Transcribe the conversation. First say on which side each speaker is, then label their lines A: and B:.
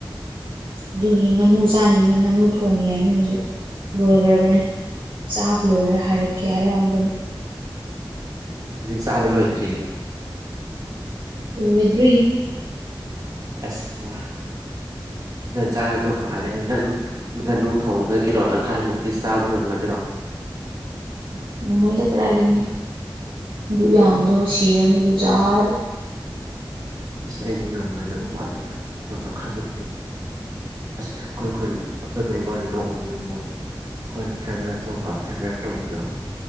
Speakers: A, on the right; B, on the right.
A: ꯑꯗꯨꯒꯤ ꯉꯥꯅꯨ ꯆꯥꯅꯤꯅ ꯉꯥꯅꯨ ꯊꯣꯡꯉꯤ ꯍꯥꯏꯕꯅꯦ ꯍꯧꯖꯤꯛ ꯂꯣꯏꯒ꯭ꯔꯕꯅꯦ ꯆꯥꯕ ꯂꯣꯏꯔ ꯍꯥꯏꯔꯛꯀꯦ ꯍꯥꯢꯔꯛ ꯑꯝꯕꯅꯦ
B: ꯍꯧꯖꯤꯛ ꯆꯥꯕ ꯂꯣꯏꯗ꯭ꯔꯤ
A: ꯂꯣꯏꯗ꯭ꯔꯤ
B: ꯑꯁ
A: <inaudible>
B: ꯆꯥꯔꯝꯗꯧ ꯃꯥꯜꯂꯦ ꯅꯪ ꯉꯥꯅꯨ ꯊꯣꯡꯕꯗ ꯀꯤꯂꯣ ꯇꯪꯈꯥꯏꯃꯨꯛꯇꯤ ꯆꯥꯕ ꯉꯝꯒꯗ꯭ꯔꯣ
A: <inaudible> ꯉꯃꯣꯏꯗ ꯀꯔꯥꯢꯗꯒꯤꯅꯦ ꯑꯗꯨ ꯌꯥꯝꯗꯣ ꯁꯤꯔꯅꯤ ꯑꯗꯨ ꯆꯥꯔꯗꯤ
B: ꯏꯁꯁ ꯑꯩꯗꯤ ꯉꯝꯒꯗꯕ ꯃꯥꯜꯜꯂꯤꯗ ꯀꯤꯂꯣ ꯇꯪꯈꯥꯏꯃꯨꯛꯇꯤ ꯑꯁ ꯈꯣꯏ ꯈꯨꯟ ꯑꯩꯈꯣꯏ ꯈꯨꯟ ꯀꯣ <unintelligible> ꯑꯩꯈꯣꯏ ꯐꯦꯔꯋꯦꯜ ꯇꯧꯕ ꯐꯦꯔꯋꯦꯜ ꯇꯧꯕꯗꯣ